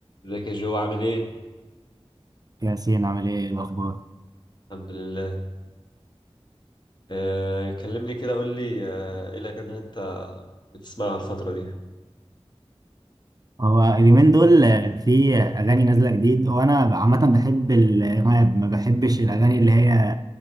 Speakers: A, on the left; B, on the right.
A: ازيك يا جو عامل ايه؟
B: ياسين عامل ايه إيه الاخبار
A: الحمد لله آه كلمني كده قول لي آه ايه الاغاني اللي انت بتسمعها الفترة دي
B: هو اليومين دول في اغاني نازله جديد هو انا عامه بحب الراب ما بحبش الاغاني اللي هي